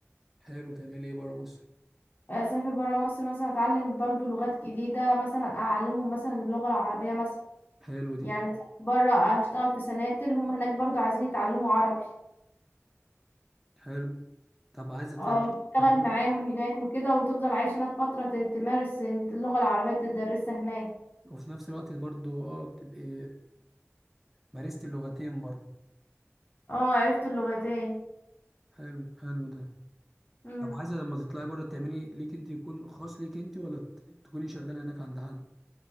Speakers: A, in the centre; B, on the left.
A: حلو تعملي ايه بره مصر
B: اسافر بره مصر مثلا اتعلم برضو لغات جديده مثلا اعلمهم مثلا اللغه العربيه مثلا
A: حلو
B: يعني
A: دي
B: أسافر بره اشتغل في سناتر هم هناك برضو عايزين يتعلموا عربي
A: حلو طب عايزه تت...
B: اه تشتغل
A: تت...
B: معاهم هناك وكده وتفضل عايش هناك فترة ت- تمارس اللغة العربية تدرسها هناك
A: وفي نفس الوقت برضه اه تبقي مارستي اللغتين برضه
B: اه عرفت اللغتين
A: حلو حلو ده
B: مم.
A: طب عايزه لما تطلعي بره تعملي ليك انت يكون خاص ليك انت ولا ت- تكوني شغاله هناك عند حد